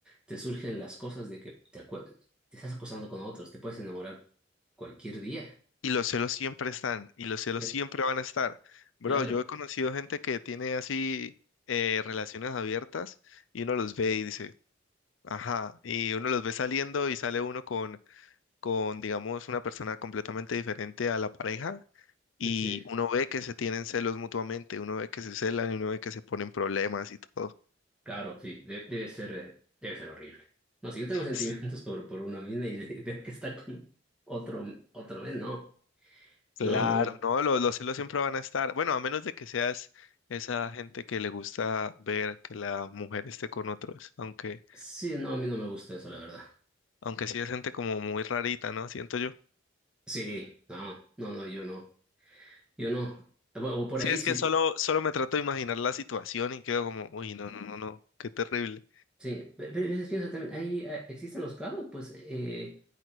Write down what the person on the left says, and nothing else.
Y los celos siempre están, y los celos
siempre van a estar. Bro,
yo he conocido gente que tiene así eh, relaciones abiertas y uno los ve y dice, ajá, y uno los ve saliendo y sale uno con, con, digamos, una persona completamente diferente a la pareja y
uno ve que se tienen celos mutuamente, uno ve que se celan y uno ve que se ponen problemas y todo.
S-
Claro,
no, los, los celos siempre van a estar. Bueno, a menos de que seas esa gente que le gusta ver que la mujer esté con otros, aunque...
Aunque sí es gente como muy rarita, ¿no? Siento yo.
Sí,
es
que solo, solo me trato de imaginar la situación y quedo como, uy, no, no, no, no, qué terrible.